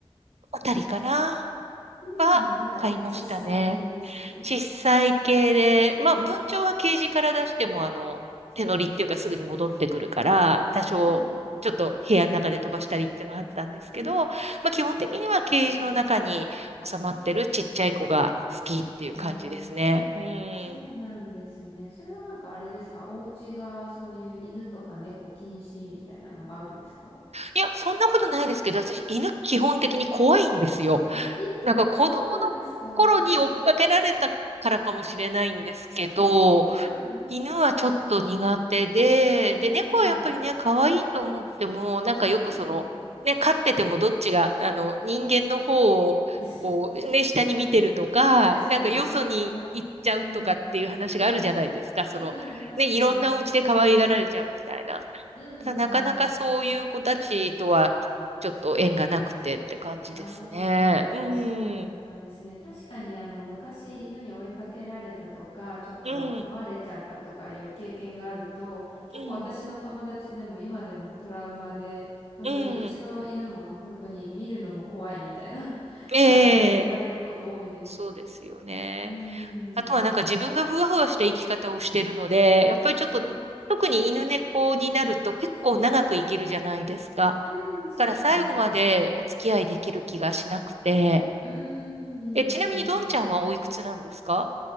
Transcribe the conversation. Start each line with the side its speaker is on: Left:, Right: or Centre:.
Right: あたりかな
Left: うん。うんうん、
Right: は飼いましたね。
Left: なんか小さい系ですね。
Right: 小さい系で、まあ、文鳥はケージから出しても、あの、手乗りっていうかすぐに戻ってくるから、多少、
Left: はい。
Right: ちょっと部屋の中で飛ばしたりっていうのはあったんですけど、
Left: うん。
Right: まあ、基本的にはケージの中に収まってるちっちゃい子が好きっていう感じですね。
Left: うんああ、
Right: うん。
Left: そうなんですね。
Right: い
Left: それはなんかあれですかお家がそういう犬とか猫禁止みたいなのがあるんですか
Right: や、そんなことないですけど、私、犬基本的に怖いんですよ。
Left: うんええそうなんですか。
Right: なんか子供の頃に追っかけられたからかもしれないんですけど、
Left: <laughs> ああ、なるほど、
Right: 犬はちょっと苦手で、
Left: なるほど。うん
Right: で、
Left: うん。
Right: 猫はやっぱりね、可愛いと思っても、なんかよくその、
Left: うん。
Right: ね、飼っててもどっちが、あの、人間の方を、
Left: <laughs>
Right: こう、ね、下に見てるとか、
Left: 確かに、
Right: なんかよそに行っちゃうとかっていう話があるじゃないですか。
Left: 王様き、うん。
Right: その、
Left: うん、ありますね。
Right: ね、いろんなお家で可愛がられちゃうみたいな。
Left: うんうんうん。
Right: ただ、なかなかそういう子たちとは、ちょっと縁がなくてって感じですね。
Left: ああ、
Right: うん、うん、
Left: そうだったんですね。確かにあの昔犬に追いかけられたとか、ちょっと噛まれちゃったとかいう経験があると、
Right: うん、
Left: 結構私の友達でも今でもトラウマで、
Right: うん、
Left: 本当にうちの犬も本当に見るのも怖いみたいな
Right: うん。
Left: <laughs>
Right: ええ
Left: 感じで言われること多いです。
Right: そうですよね。
Left: うーん。
Right: あとはなんか自分がふわふわした生き方をしてるので、やっぱりちょっと、
Left: はい。
Right: 特に犬猫になると結構長く生きるじゃないですか。
Left: うん。
Right: だ
Left: うーん、そうですね。
Right: から最後までお付き合いできる気がしなくて。
Left: うーん、
Right: え、
Left: なるほど、
Right: ちなみにドンちゃんはおいくつなんですか
Left: なるほど。